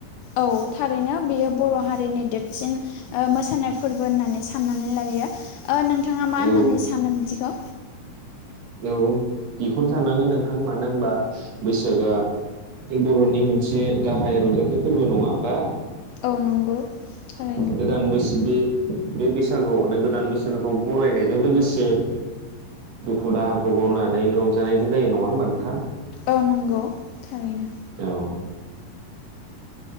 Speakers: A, on the left; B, on the right.
A: औ थारैनो बेयो बर'हारिनि देरसिन मोसानाय फोरबो होननानै साननानै लायो। नोंथाङा मा
B: औ
A: होननानै सानो बिदिखौ?
B: औ बेखौनो साननांगोन नोंथां मानो होनबा बैसागोआ बर'नि मोनसे गाहाय रंजाथाइ फोरबो नङा होमबा?
A: औ नंगौ थारैनो।
B: गोदान बोसोर बे बे बैसागुआवनो गोदान बोसोरखौ बरायनायजों लोगोसे दुखु दाहाखौ बावनानै रंजानायबो जायो नङा होनबा नोंथां?
A: औ नंगौ थारैनो।
B: औ